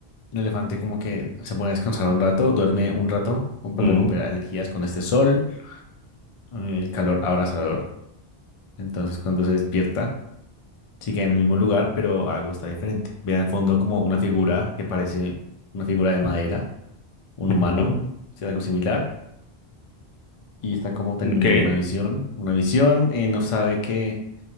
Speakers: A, on the left; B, on the left.
A: el elefante como que se pone a descansar un rato, duerme un rato como para
B: Mm,
A: recuperar energías con este sol, eh, el calor abrasador. Entonces cuando se despierta, sigue en el mismo lugar, pero algo está diferente. Ve al fondo como una figura que parece una figura de madera, un
B: ujú,
A: humano, o sea, algo similar y está como teniendo
B: Ok.
A: una visión, una visión, eh, no sabe qué